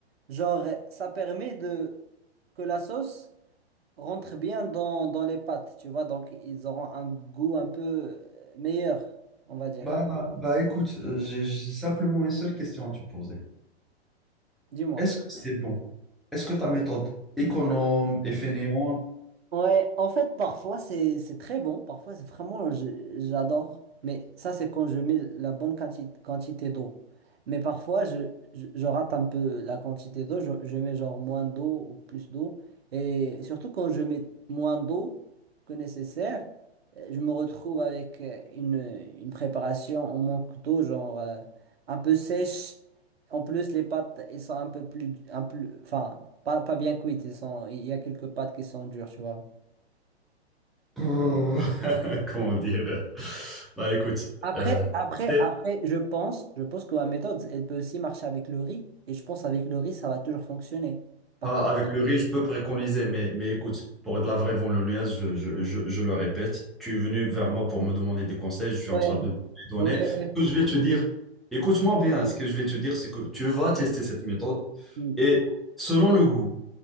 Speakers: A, on the right (about 65°); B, in the centre.
A: genre, ça permet de que la sauce rentre bien dans, dans les pâtes, tu vois, donc ils auront un goût un peu euh, meilleur, on va dire.
B: Bah, bah écoute, euh, j'ai j'ai simplement une seule question à te poser.
A: Dis-moi.
B: Est-ce que c'est bon? Est-ce que ta méthode économe et fainéante,
A: Ouais, en fait, parfois c'est c'est très bon, parfois c'est vraiment je- j'adore, mais ça c'est quand je mets la bonne quantité, quantité d'eau. Mais parfois je, je, je rate un peu la quantité d'eau, je, je mets genre moins d'eau ou plus d'eau. Et surtout quand je mets moins d'eau que nécessaire, euh, je me retrouve avec euh, une, une préparation en manque d'eau, genre euh, un peu sèche. En plus, les pâtes, elles sont un peu plus, un plus, enfin, pas, pas bien cuites, ils sont, il y a quelques pâtes qui sont dures, tu vois.
B: brrr, <laughs> comment dire? Bah écoute,
A: Après,
B: euh,
A: après,
B: c'est
A: après, je pense, je pense que ma méthode, elle peut aussi marcher avec le riz. Et je pense avec le riz, ça va toujours fonctionner. Par
B: Ah,
A: contre.
B: avec le riz, je peux préconiser, mais, mais écoute, pour de la vraie bolognaise, je, je, je, je le répète, tu es venu vers moi pour me demander des conseils, je suis
A: Ouais,
B: en train de te les donner.
A: ouais.
B: Ce que je vais te dire, écoute-moi bien, ce que je vais te dire, c'est que tu vas tester cette méthode
A: Hmm,
B: et selon le goût,